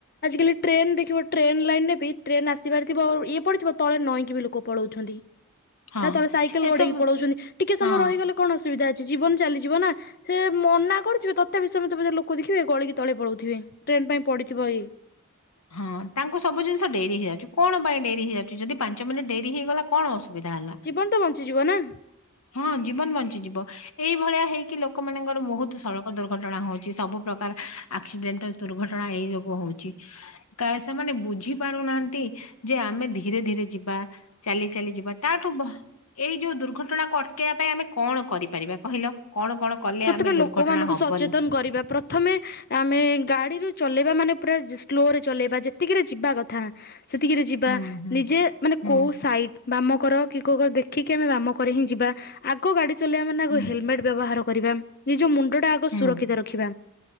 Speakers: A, on the left (about 45°); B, on the left (about 80°).
A: ଆଜିକାଲି ଟ୍ରେନ ଦେଖିବ, ଟ୍ରେନ୍ ଲାଇନରେ ବି ଟ୍ରେନ ଆସିବାର ଥିବ, ଇଏ ପଡ଼ିଥିବ ତଳେ ନଇଁକି ବି ଲୋକ ପଳଉଛନ୍ତି।
B: ହଁ
A: ତା ତଳେ ସାଇକେଲ
B: ଏସବୁ
A: ଗଡେଇକି ପଳଉଛନ୍ତି। ଟିକେ ସମୟ
B: ହଁ
A: ରହିଗଲେ କଣ ଅସୁବିଧା ଅଛି, ଜୀବନ ଚାଲିଯିବ ନା। ସେ ମନା କରୁଥିବେ, ତଥାପି ସେ ମତେ ମତେ ଲୋକ ଦେଖିବେ ଗଳିକି ତଳେ ପଳଉଥିବେ, ଟ୍ରେନ ପାଇଁ ପଡିଥିବ ଏଇ।
B: ହଁ ତାଙ୍କୁ ସବୁ ଜିନିଷ ଡେରି ହେଇଯାଉଛି, କଣ ପାଇଁ ଡେରି ହେଇଯାଉଛି? ଯଦି ପାଞ୍ଚ ମିନିଟ ଡେରି ହେଇଗଲା କଣ ଅସୁବିଧା ହେଲା?
A: ଜୀବନ ତ ବଞ୍ଚିଯିବ ନା।
B: ହଁ ଜୀବନ ବଞ୍ଚିଯିବ। ଏଇଭଳିଆ ହେଇକି ଲୋକମାନଙ୍କର ବହୁତ ସଡକ ଦୁର୍ଘଟଣା ହଉଛି, ସବୁ ପ୍ରକାର ଆକ୍ସିଡେଣ୍ଟାଲ ଦୁର୍ଘଟଣା ଏଇ ଯୋଗୁ ହଉଛି, କାଏ ସେମାନେ ବୁଝି ପାରୁନାହାଁନ୍ତି, ଯେ ଆମେ ଧୀରେ ଧୀରେ ଯିବା, ଚାଲି ଚାଲି ଯିବା, ତାଠୁ ଭ ଏଇ ଯୋଉ ଦୁର୍ଘଟଣାକୁ ଅଟକେଇବା ପାଇଁ ଆମେ କଣ କରିପାରିବା କହିଲ? କଣ କଣ କଲେ
A: ପ୍ରଥମେ
B: ଆମେ
A: ଲୋକମାନଙ୍କୁ
B: ଦୁର୍ଘଟଣା ହବନି
A: ସଚେତନ କରିବା। ପ୍ର ଥମେ, ଆମେ ଗାଡିରୁ ଚଲେଇବା ମାନେ ପୁରା ସ୍ଲୋରେ ଚଲେଇବା, ଯେତିକିରେ ଯିବା କଥା। ସେତିକିରେ ଯିବା।,
B: ହୁଁ ହୁଁ
A: ନିଜେ ମାନେ
B: ହୁଁ
A: କୋଉ ସାଇଡ ବାମକର କି କୋଉ କର ଦେଖିକି ଆମେ ବାମ କରେ ହିଁ ଯିବା। ଆଗ ଗାଡି ଚଲେଇବା ମାନେ ଆଗ
B: ହୁଁ
A: ହେଲମେଟ ବ୍ୟବହାର କରିବା, ନିଜ ମୁଣ୍ଡଟା ଆଗ
B: ହୁଁ
A: ସୁରକ୍ଷିତ ରଖିବା।